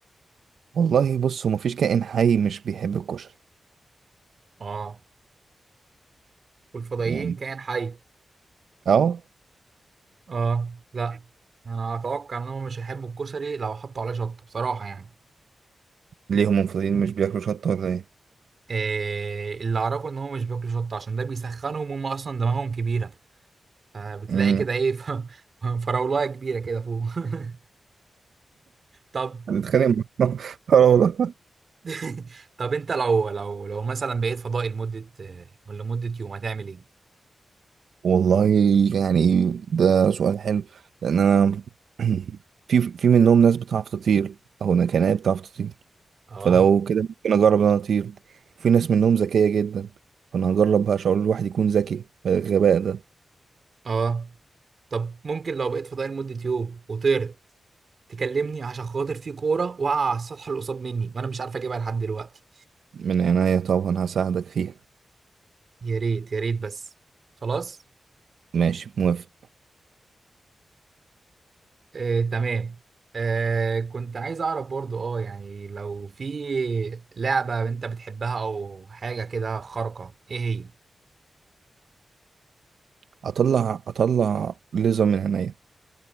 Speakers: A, on the right; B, on the right.
A: والله بص هو مفيش كائن حي مش بيحب الكشري
B: اه والفضائيين
A: يعني
B: كائن حي
A: اهو
B: اه لا انا اتوقع انهم مش هيحبوا الكشري لو حطوا عليه شطه بصراحه يعني
A: ليهم منفردين مش بياكلوا شطه ولا ايه
B: إيه اللي اعرفه ان هم مش بياكلوا شطه عشان ده بيسخنهم هم اصلا دماغهم كبيره فبتلاقي
A: امم
B: كده ايه <laughs> ف- فراولايه كبيره كده فوق <laughs> طب
A: هنتخانق مع <laughs> بعض. آه والله
B: <laughs> طب انت لو لو لو مثلا بقيت فضائي لمدة لمدة يوم هتعمل ايه؟
A: والله يعني ده سؤال حلو لان انا <clears throat> في في منهم ناس بتعرف تطير او انا كان أنا بتعرف تطير
B: اه
A: فلو كده ممكن اجرب ان انا اطير في ناس منهم ذكيه جدا فانا هجرب بقى شعور الواحد يكون ذكي الغباء ده
B: اه طب ممكن لو بقيت فضائي لمدة يوم وطرت تكلمني عشان خاطر في كورة واقعة على السطح اللي قصاد مني وانا مش عارف اجيبها لحد دلوقتي
A: من عناية طبعا هساعدك فيها
B: يا ريت يا ريت بس خلاص
A: ماشي موافق
B: آه تمام آه كنت عايز اعرف برضو اه يعني لو في لعبة انت بتحبها او حاجة كده خارقة ايه هي؟
A: اطلع اطلع ليزر من عينيا